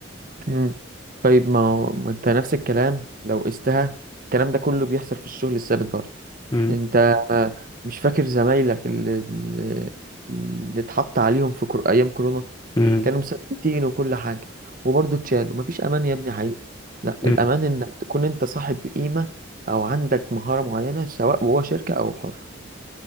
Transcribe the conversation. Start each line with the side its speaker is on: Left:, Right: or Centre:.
Right: مم. طيب ما هو- ما أنت نفس الكلام لو قستها الكلام ده كله بيحصل في الشغل الثابت برضه
Left: مم.
Right: أنت آه، مش فاكر زمايلك اللي اللي اللي اتحط عليهم في كور- أيام كورونا
Left: مم.
Right: كانوا مثبتين وكل حاجة وبرضه اتشالوا مفيش أمان يا ابني حقيقي لا
Left: مم.
Right: الأمان إنك تكون أنت صاحب قيمة أو عندك مهارة معينة سواء جوه شركة أو حر